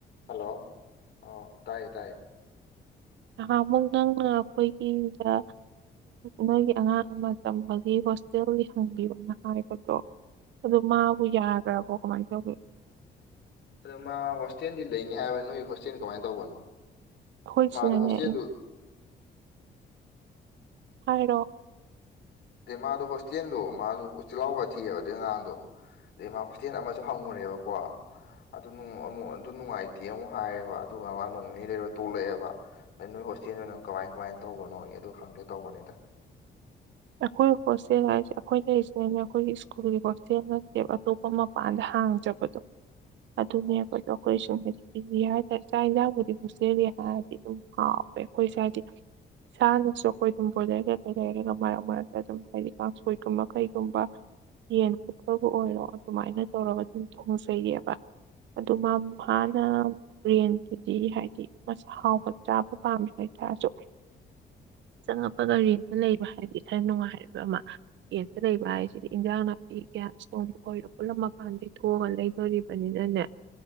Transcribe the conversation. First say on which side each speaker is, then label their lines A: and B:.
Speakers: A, on the left; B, on the right.
A: hello ꯑ ꯇꯥꯏꯌꯦ ꯇꯥꯏꯌꯦ
B: ꯅꯍꯥꯑꯃꯨꯛ ꯅꯪꯅ ꯑꯩꯈꯣꯏꯒꯤꯗ ꯅꯪꯒꯤ ꯑꯉꯥꯡ ꯑꯃ ꯇꯝꯕꯒꯤ ꯍꯣꯁꯇꯦꯜꯒꯤ ꯍꯪꯕꯤꯌꯣꯅ ꯍꯥꯏꯕꯗꯣ ꯑꯗꯣ ꯃꯥꯕꯨ ꯌꯥꯈ꯭ꯔꯕꯣ ꯀꯃꯥꯏꯅ ꯇꯧꯒꯦ
A: ꯑꯗꯣ ꯃꯥ ꯍꯣꯁꯇꯦꯜꯗꯤ ꯂꯩꯅꯤ ꯍꯥꯏꯕ ꯅꯣꯏ ꯍꯣꯁꯇꯦꯜ ꯀꯃꯥꯏꯅ ꯇꯧꯕꯅꯣ
B: ꯑꯈꯣꯏꯁꯤꯅꯅꯦ
A: ꯃꯥꯗꯣ ꯍꯣꯁꯇꯦꯜꯗꯨ
B: ꯍꯥꯏꯔꯣ
A: ꯑꯗꯩ ꯃꯥꯗꯣ ꯍꯣꯁꯇꯦꯜꯗꯣ ꯃꯥꯁꯨ ꯆꯤꯜꯍꯥꯎꯕ ꯈꯔ ꯊꯤꯑꯕ ꯑꯩ ꯑꯉꯥꯡꯗꯣ ꯑꯗꯩ ꯃꯥ ꯍꯣꯁꯇꯦꯜ ꯑꯃꯁꯨ ꯍꯪꯉꯨꯔꯦꯕꯀꯣ ꯑꯗꯨ ꯑꯃꯨꯛ ꯑꯗꯨ ꯅꯨꯡꯉꯥꯏꯇꯦ ꯑꯃꯨꯛ ꯍꯥꯏꯌꯦꯕ ꯑꯗꯨꯒ ꯃꯥ ꯅꯣꯡꯅꯦ ꯂꯩꯔ ꯇꯣꯛꯂꯛꯑꯦꯕ ꯅꯣꯏ ꯍꯣꯁꯇꯦꯜꯗꯨ ꯅꯪ ꯀꯃꯥꯏ ꯀꯃꯥꯏꯅ ꯇꯧꯕꯅꯣ ꯑꯩ ꯑꯗꯨ ꯍꯪꯒꯦ ꯇꯧꯕꯅꯤꯗ
B: ꯑꯩꯈꯣꯏ ꯍꯣꯁꯇꯦꯜ ꯍꯥꯏꯔꯤꯁꯦ ꯑꯩꯈꯣꯏ ꯂꯩꯔꯤꯁꯤꯅꯅꯦ ꯑꯩꯈꯣꯏꯒꯤ ꯁ꯭ꯀꯨꯜꯒꯤ ꯍꯣꯁꯇꯦꯜ ꯅꯠꯇꯦꯕ ꯑꯇꯣꯞꯄ ꯃꯄꯥꯟꯗ ꯍꯥꯡꯖꯕ ꯍꯣ ꯑꯗꯨꯅꯦꯕꯗꯣ ꯑꯩꯈꯣꯏ ꯁꯨꯝ ꯄꯤ ꯍꯥꯏꯇꯥꯔꯦ ꯆꯥꯛ ꯌꯦꯟꯖꯥꯡꯕꯨꯗꯤ ꯑꯃꯨꯛ ꯆꯦꯜꯂꯤ ꯍꯥꯏꯔꯗꯤ ꯑꯗꯨꯝ ꯍꯥꯎꯋꯦ ꯑꯩꯈꯣꯏꯁꯦ ꯍꯥꯏꯗꯤ ꯏꯁꯥꯅꯁꯨ ꯑꯩꯈꯣꯏ ꯊꯨꯝꯕꯨꯔꯗ ꯀꯩ ꯀꯩ ꯂꯩꯔꯒ ꯃꯥꯏꯔ ꯗ ꯑꯗꯨꯝ ꯍꯥꯏꯗꯤ ꯀꯥꯡꯁꯣꯏꯒꯨꯝꯕ ꯀꯩꯒꯨꯝꯕ ꯌꯦꯟ ꯐꯨꯠꯄꯕꯨ ꯑꯣꯏꯔꯣ ꯑꯗꯨꯃꯥꯏꯅ ꯇꯧꯔꯒ ꯑꯗꯨꯝ ꯊꯣꯡꯖꯩꯌꯦꯕ ꯑꯗꯨ ꯃꯥ ꯍꯥꯟꯅ ꯌꯦꯟꯗꯨꯗꯤ ꯍꯥꯏꯗꯤ ꯃꯁ ꯑꯥꯍꯥꯎꯕ ꯆꯥꯕ ꯄꯥꯝꯃꯤ ꯍꯥꯏꯕ ꯑꯗꯨ ꯆꯪꯉꯛꯄ ꯒꯥꯔꯤ ꯑꯃꯝꯇ ꯂꯩꯕ ꯍꯥꯏꯕꯗꯤ ꯈꯔ ꯅꯨꯡꯉꯥꯏꯕ ꯑꯃ ꯂꯦꯟ ꯂꯩꯕ ꯍꯥꯏꯁꯤꯗꯤ ꯏꯟꯖꯥꯡ ꯅꯥꯄꯤ ꯒ꯭ꯌꯥꯁ ꯊꯣꯡꯕ ꯑꯣꯏꯔ ꯄꯨꯜꯂꯞ ꯃꯄꯥꯟꯗꯗꯒꯤ ꯊꯣꯛꯂꯡ ꯑꯒ ꯂꯩꯗꯣꯔꯤꯕ ꯑꯅꯤꯅꯅꯦ